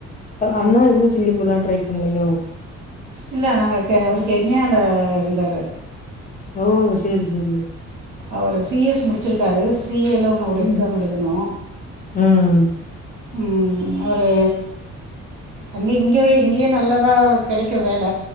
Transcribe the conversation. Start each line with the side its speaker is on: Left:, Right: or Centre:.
Left: அண்ணா எதுவு சிங்கப்பூர்லா ட்ரை பண்லையோ
Right: இல்ல நாங்க க அவர் கென்யால இருந்தாரு
Left: ஓ சேர் சேரி
Right: அவரு சீ எஸ் முடுச்சுருக்காரு சீ எல்லோன்னு ஒரு
Left: ம்
Right: எக்ஸாம் எழுதனு
Left: ம்
Right: ம் அவரு அங்க இங்கவை இங்கியே நல்லதா கெடைக்கு வேல